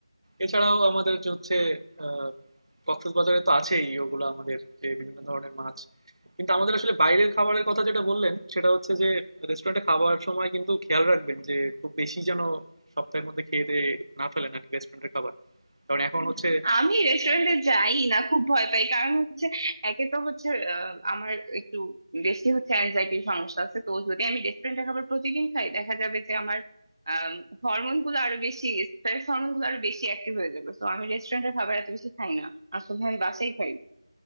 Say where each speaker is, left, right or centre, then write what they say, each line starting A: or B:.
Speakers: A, on the right; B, on the right.
A: এছাড়াও আমাদের যে হচ্ছে আহ, কক্সবাজারে তো আছেই ওগুলো আমাদের যে বিভিন্ন ধরনের মাছ কিন্তু আমাদের আসলে বাইরের খাবারের কথা যেটা বললেন সেটা হচ্ছে যে রেস্টুরেন্টে খাওয়ার সময় কিন্তু খেয়াল রাখবেন যে খুব বেশি যেন সপ্তাহের মধ্যে খেয়ে দিয়ে না ফেলেন আর কি রেস্টুরেন্টের খাবার কারণ এখন হচ্ছে
B: আমি রেস্টুরেন্টে যাই না খুব ভয় পাই কারণ হচ্ছে একে তো হচ্ছে আহ, আমার একটু বেশি হচ্ছে অ্যাংজাইটির সমস্যা আছে তো যদি আমি রেস্টুরেন্টে খাবার প্রতিদিন খাই দেখা যাবে যে আমার হরমোন গুলো আরো বেশি স্ট্রেস হরমোন গুলো আরো বেশি অ্যাক্টিভ হয়ে যাবে তো আমি রেস্টুরেন্টের খাবার এত বেশি খাই না আসলে আমি বাসাই খাই